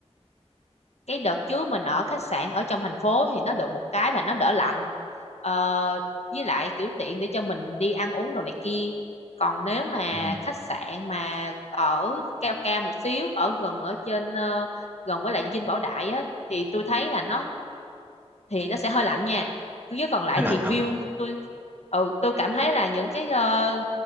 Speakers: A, on the left; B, on the right.
A: cái đợt trước mình ở khách sạn ở trong thành phố thì nó được một cái là nó đỡ lạnh ờ, với lại kiểu tiện để cho mình đi ăn uống đồ này kia còn nếu mà
B: ừ.
A: khách sạn mà ở cao cao một xíu ở gần ở trên ờ, gần với lại Dinh Bảo Đại á thì tôi thấy là nó thì nó sẽ hơi lạnh nha chứ còn lại
B: lạnh
A: thì
B: hả
A: view tôi ừ, tôi cảm thấy là những cái ờ,